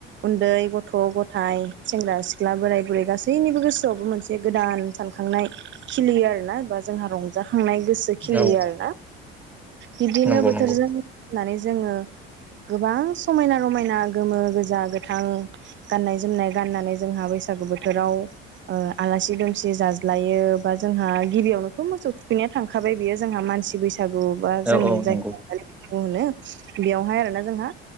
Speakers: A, on the right; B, in the centre.
A: उन्दै गथ गथाय सेंग्रा सिख्ला बोराय बुरै गासैनिबो गोसोआवबो मोनसे गोदान सानखांनाय खिलियो आरोना बा जोंहा रंजा थांनाय गोसो खिलियो
B: औ
A: आरोना बिदिनो
B: नंगौ
A: बोथोरजों
B: नंगौ
A: फैनानै जोङो गोबां समायना रमायना गोमो गोजा गोथां गाननाय जोमनाय गाननानै जोंहा बैसागु बोथोराव आलासि दुमसि। सि जाज्लायो बा जोंहा गिबियावनोथ' मोसौ थुखैनाया थांखाबाय बेयो जों मानसि बैसो बैसागु बा जों
B: औ औ
A: जाय
B: नंगौ
A: <inaudible> होनो। बेयावहाय आरोना जोंहा